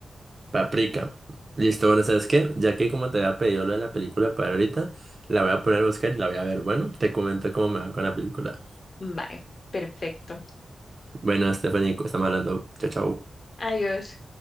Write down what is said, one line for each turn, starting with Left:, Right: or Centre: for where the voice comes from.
Right: Paprika. Listo, bueno, ¿sabes qué? Ya que como te había pedido lo de la película para ahorita, la voy a poner a buscar y la voy a ver. Bueno, te comento cómo me va con la película.
Left: Vale, perfecto.
Right: Bueno, Stephanie, estamos hablando. Chao, chao.
Left: Adiós.